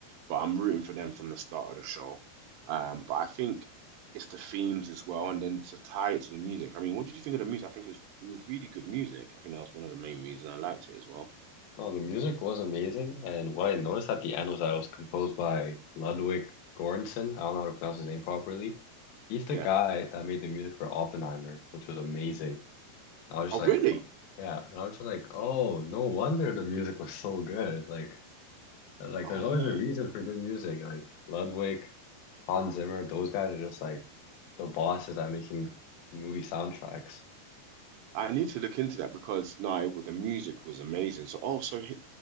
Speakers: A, on the right (about 75°); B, on the left (about 60°).
A: but I'm rooting for them from the start of the show. Um, but I think it's the themes as well, and then to tie it to the music. I mean, what did you think of the music? I think it was it was really good music. I think that was one of the main reasons I liked it as well.
B: Well, the music was amazing, and what I noticed at the end was that it was composed by Ludwig Göransson. I don't know how to pronounce his name properly. He's the
A: Yeah.
B: guy that made the music for Oppenheimer, which was amazing. I was just
A: Oh,
B: like,
A: really?
B: oh, yeah, and I was just like, oh, no wonder the music was so good. Like, And, Like
A: Oh
B: there's always
A: my
B: a reason for good music. Like Ludwig, Hans Zimmer, those guys are just like the bosses at making movie soundtracks.
A: I need to look into that because no, it, wa- the music was amazing. So, oh, so he,